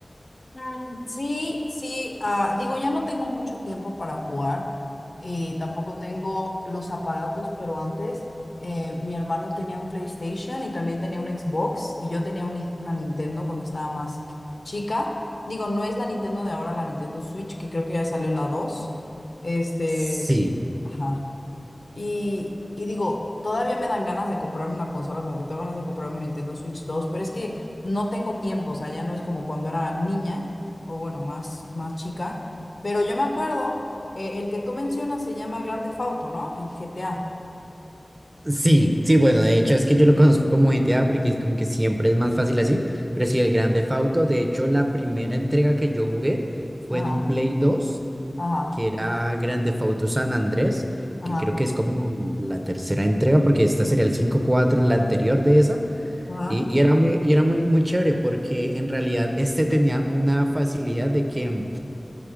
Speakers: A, on the left (about 60°); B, on the right (about 30°).
A: Mm, Sí, sí, ah, digo, ya no tengo mucho tiempo para jugar y tampoco tengo los aparatos, pero antes eh, mi hermano tenía un PlayStation y también tenía un Xbox y yo tenía un una Nintendo cuando estaba más chica. Digo, no es la Nintendo de ahora, la Nintendo Switch, que creo que ya salió la 2. Este,
B: Sí.
A: ajá. Y, y digo, todavía me dan ganas de comprarme una consola, como que tengo ganas de comprarme un Nintendo Switch dos pero es que no tengo tiempo, o sea, ya no es como cuando era niña, o bueno, más, más chica. Pero yo me acuerdo, eh, el que tú mencionas se llama Grand Theft Auto, ¿no? El GTA.
B: Sí, sí, bueno, de hecho es que yo lo conozco como GTA porque es como que siempre es más fácil así, pero sí, el Grand Theft Auto, de hecho la primera entrega que yo jugué fue
A: Ajá,
B: en un Play dos
A: ajá,
B: que era Grand Theft Auto San Andrés,
A: ajá,
B: que creo que es como la tercera entrega porque esta sería el cinco cuatro la anterior de esa,
A: ajá,
B: y, y era muy, y era muy, muy chévere porque en realidad este tenía una facilidad de que